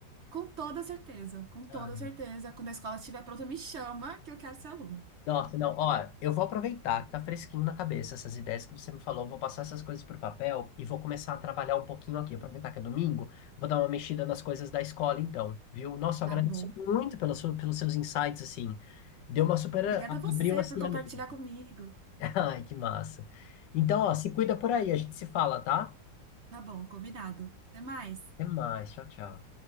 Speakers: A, on the right (about 50°); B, on the left (about 75°).
A: Com toda certeza, com toda
B: Ah,
A: certeza. Quando a escola estiver pronta, me chama que eu quero ser aluna.
B: Nossa, não, ó, eu vou aproveitar que tá fresquinho na cabeça essas ideias que você me falou, vou passar essas coisas pro papel e vou começar a trabalhar um pouquinho aqui, aproveitar que é domingo, vou dar uma mexida nas coisas da escola então, viu? Nossa,
A: Tá
B: eu agradeço
A: bom.
B: muito pela sua, pelos seus insights, assim, deu uma super,
A: Obrigada
B: abriu
A: a você
B: assim
A: por compartilhar
B: a mente.
A: comigo.
B: <laughs> Ai, que massa. Então, ó, se cuida por aí, a gente se fala, tá?
A: Tá bom, combinado. Até mais.
B: Até mais, tchau, tchau.